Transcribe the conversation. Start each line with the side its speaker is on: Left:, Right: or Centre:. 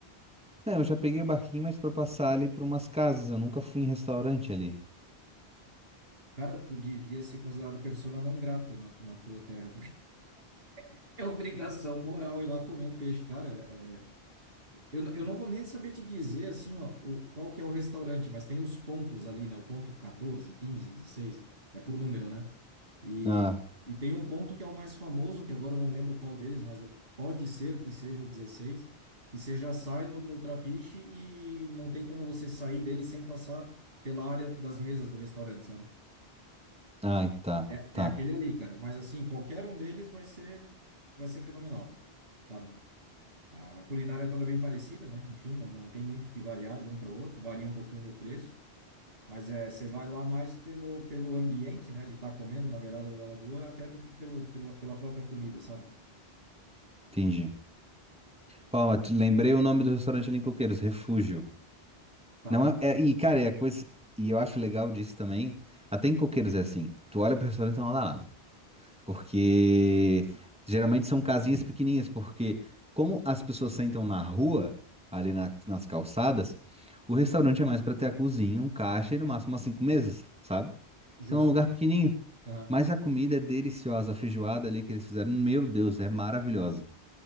Centre: É, eu já peguei o barquinho, mas pra passar ali pra umas casas. Eu nunca fui em restaurante ali.
Right: Cara, tu devia ser considerado persona não grata na, na tua terra. <laughs> É obrigação moral ir lá comer um peixe, cara. é- é, eu, eu não vou nem saber te dizer assim, ó, o, qual que é o restaurante, mas tem os pontos ali, né? O ponto 14, 15, 16 é por número, né? E,
Centre: Ah,
Right: e tem um ponto que é o mais famoso, que agora eu não lembro qual deles, mas o- pode ser que seja o 16, que você já sai no, no trapiche e não tem como você sair dele sem passar pela área das mesas do restaurante, sabe?
Centre: ai, tá,
Right: É,
Centre: tá,
Right: é aquele ali, cara. Mas assim, qualquer um deles vai ser, vai ser fenomenal. sabe? A, a culinária é toda bem parecida, né? Enfim, não, não tem muito que variar de um para o outro, varia um pouquinho no preço, mas é, você vai lá mais pelo, pelo ambiente, né? De estar comendo na beirada da lagoa, até do que pelo, pela, pela própria comida, sabe?
Centre: entendi. Ó, mas te- lembrei o nome do restaurante ali em Coqueiros, Refúgio.
Right: Tá.
Centre: Não é, é- e cara, é a coisa, e eu acho legal disso também, até em Coqueiros é assim, tu olha pro restaurante e não dá nada, porque geralmente são casinhas pequenininhas, porque como as pessoas sentam na rua, ali na- nas calçadas, o restaurante é mais pra ter a cozinha, um caixa e no máximo umas cinco mesas, sabe?
Right: Justo.
Centre: Então é um lugar pequenininho.
Right: Aham,
Centre: Mas a comida é deliciosa, a feijoada ali que eles fizeram, meu Deus, é maravilhosa.